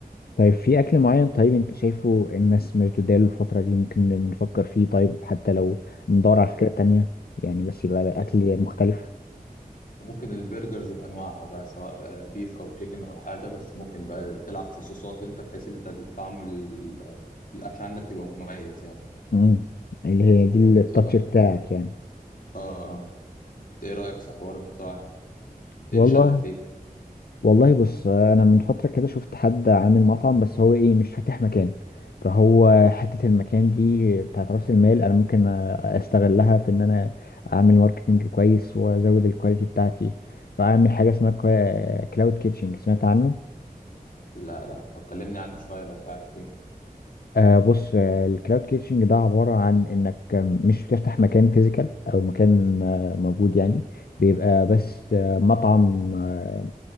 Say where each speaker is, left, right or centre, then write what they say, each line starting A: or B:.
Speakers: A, on the left; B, on the left.
A: طيب في اكل معين طيب انت شايفه الناس مشدوده له الفتره دي ممكن نفكر فيه طيب حتى لو ندور على فكره تانية يعني بس يبقى
B: ممكن
A: اكل مختلف
B: وممكن البرجرز بانواعها بقى سواء آه، بيف او تشيكن او حاجه بس ممكن بقى تلعب في صوصات انت بحيث ان انت طعم ال- الاكل عندك يبقى مميز يعني
A: امم اللي هي دي
B: ولا انت
A: التاتش
B: ايه رايك
A: بتاعك يعني
B: اه آه. انت ايه رايك في حوار المطاعم
A: والله
B: ايه اللي شدك ليه
A: والله بص انا من فتره كده شفت حد عامل مطعم بس هو ايه مش فاتح مكان فهو حته المكان دي بتاعت راس المال انا ممكن استغلها في ان انا اعمل ماركتنج كويس وازود الكواليتي بتاعتي فاعمل حاجه اسمها كلاود كيتشنج سمعت عنه
B: لا لا طب كلمني عنه شويه لو انت عارف فيه
A: آه بص الكلاود كيتشنج ده عباره عن انك مش بتفتح مكان فيزيكال او مكان آه، موجود يعني بيبقى بس آه،
B: تمام
A: مطعم آه،